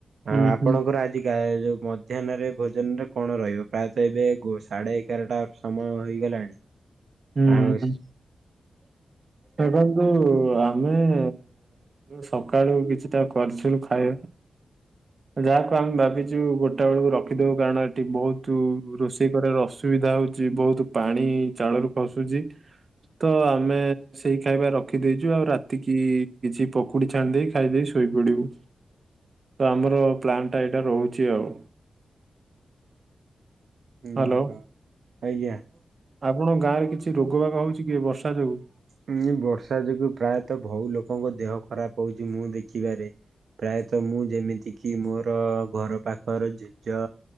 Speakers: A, on the right (about 45°); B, on the right (about 75°).
A: ହୁଁ
B: ଆଉ ଆପଣଙ୍କର
A: ହୁଁ
B: ଆଜିିକା ଯୋଉ ମଧ୍ୟାହ୍ନରେ ଭୋଜନରେ କଣ ରହିବ ପ୍ରାୟତଃ ଏବେ ଗୋ ସାଢେ ଏଗାରଟା ସମୟ ହେଇଗଲାଣି।
A: ହୁଁ
B: ଆଉ ସେ
A: ଦେଖନ୍ତୁ ଆମେ-ଏ-ଏ ସକାଳୁ କିଛିଟା କରିଥିଲୁ ଖାଇବା ଯାହାକୁ ଆମେ ଭାବିଛୁ ଗୋଟେ ବେଳକୁ ରଖିଦବୁ କାରଣ ଏଠି ବହୁତୁ ରୋଷେଇ କରିବାର ଅସୁ ସୁବିଧା ହଉଛି ବହୁତୁ ପାଣି ଚାଳରୁ ଖସୁଛି ତ ଆମେ-ଏ-ଏ ସେଇ ଖାଇବା ରଖିଦେଇଛୁ ଆଉ ରାତିକି-ଇ-ଇ କିଛି ପକୁଡି ଛାଣି ଦେଇ ଖାଇଦେଇ ଶୋଇ ପଡିବୁ। ତ ଆମର ପ୍ଲାନ୍ ଟା ଏଇଟା ରହୁଛି ଆଉ।
B: ଓହୋ
A: ହ୍ୟାଲୋ
B: ଆଜ୍ଞା।
A: ଆପଣ ଗାଁ ରେ କିଛି ରୋଗ ବାଗ ହଉଛି କି ବର୍ଷା ଯୋଗୁ?
B: ହୁଁ ବର୍ଷା ଯୋଗୁ ପ୍ରାୟତଃ ବହୁ ଲୋକଙ୍କ ଦେହ ଖରାପ ହଉଛି ମୁଁ ଦେଖିବାରେ। ପ୍ରାୟତଃ ମୁଁ ଯେମିତି କି ମୋର-ଅ-ଅ ଘର ପାଖରେ ଜେଜ